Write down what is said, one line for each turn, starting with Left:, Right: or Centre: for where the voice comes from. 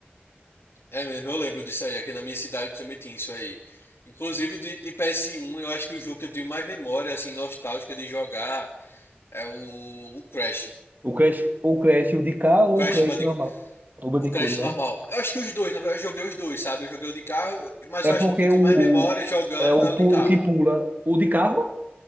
Left: É mesmo, eu lembro disso aí. Aqui na minha cidade também tinha isso aí. Inclusive de, de PS1, eu acho que o jogo que eu tenho mais memória, assim, nostálgica de jogar é o, o Crash.
Right: O Crash, o Crash o de cá ou
Left: Crash
Right: o Crash
Left: Bandicoot,
Right: normal? O Bandicoot,
Left: o Crash
Right: né?
Left: normal. Eu acho que os dois, na verdade, eu joguei os dois, sabe? Eu joguei o de carro, mas
Right: É
Left: eu
Right: porque
Left: acho que o que eu tenho
Right: o,
Left: mais memória
Right: o-
Left: jogando
Right: é o,
Left: é o
Right: pu-
Left: de carro.
Right: o que pula, o de carro,